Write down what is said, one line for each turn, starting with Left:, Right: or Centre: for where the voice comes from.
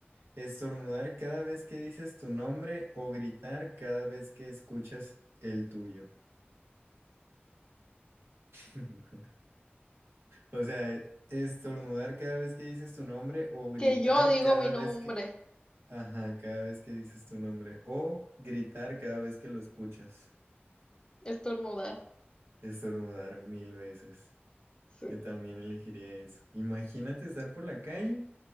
Right: ¿Estornudar cada vez que dices tu nombre o gritar cada vez que escuchas el tuyo? <laughs> O sea, e- estornudar cada vez que dices tu nombre o gritar
Left: Que yo digo
Right: cada
Left: mi nombre,
Right: vez que... Ajá, cada vez que dices tu nombre o gritar cada vez que lo escuchas.
Left: estornudar.
Right: Estornudar mil veces.
Left: Sí.
Right: Yo también elegiría eso. Imagínate estar por la calle